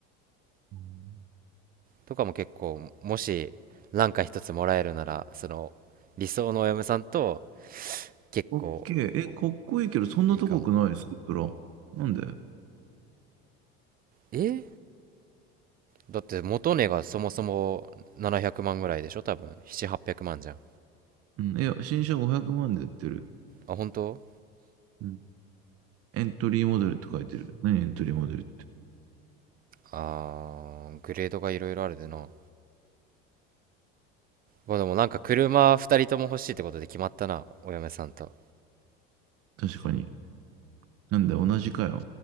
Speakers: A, on the right (about 50°); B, on the right (about 30°).
A: うん、
B: とかも結構もしなんか一つもらえるならその理想のお嫁さんと結構
A: オッケー。え、かっこいいけど、そんな高くないスープラ。
B: いいかも
A: なんで
B: えだって元値がそもそも700万ぐらいでしょ多分7 8 0 0万じゃん
A: うん。いや、新車500万で売ってる。
B: あ本当
A: うん。エントリーモデルって書いてる。何エントリーモデルって。
B: あーグレードがいろいろあるでなまあでもなんか車2人とも欲しいってことで決まったなお嫁さんと
A: 確かに。なんだよ、同じかよ。